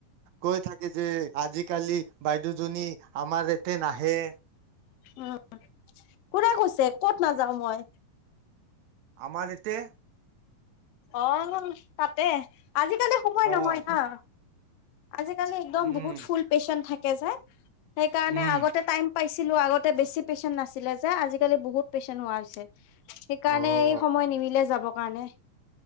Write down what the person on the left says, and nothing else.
উম, কোনে কৈছে, ক'ত নাযাওঁ মই?
অ', তাতে, আজিকালি সময়
নহয় হাঁ। আজি কালি একদম
বহুত ফুল পেচেন্ট থাক কেজাই সেইকাৰণে
আগতে টাইম পাইছিলো আগতে বেছি পেচেণ্ট নাছিলে যে আজিকালি বহুত পেচেন্ট হোৱা হৈছে সেইকাৰণে
এই সময় নিমিলে যাব কাৰণে